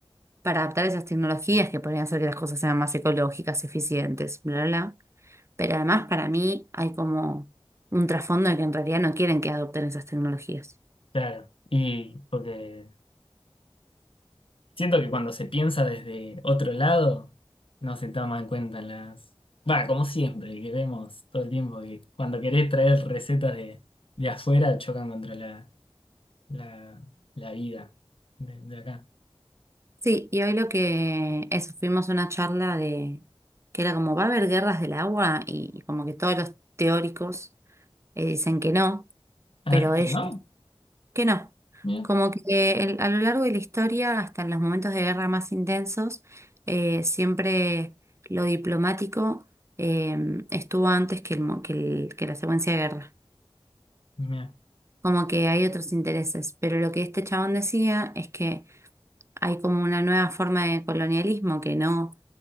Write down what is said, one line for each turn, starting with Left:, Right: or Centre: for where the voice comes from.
Right: para adaptar esas tecnologías que podrían hacer que las cosas sean más ecológicas, eficientes, bla, bla. bla, pero además para mí hay como un trasfondo de que en realidad no quieren que adopten esas tecnologías.
Left: Claro, y porque siento que cuando se piensa desde otro lado, no se toma en cuenta las... Va, como siempre, que vemos todo el tiempo que cuando querés traer recetas de, de afuera chocan contra la, la, la vida de, de acá.
Right: Sí, y hoy lo que eso, fuimos a una charla de que era como va a haber guerras del agua y como que todos los teóricos eh, dicen que no,
Left: Ah,
Right: pero
Left: ¿que
Right: ellos
Left: no?
Right: que no.
Left: Mira,
Right: Como que el- a lo largo de la historia, hasta en los momentos de guerra más intensos, eh, siempre lo diplomático eh, estuvo antes que, el, mo- que el- que la secuencia de guerra.
Left: mira,
Right: como que hay otros intereses. Pero lo que este chabón decía es que hay como una nueva forma de colonialismo que no,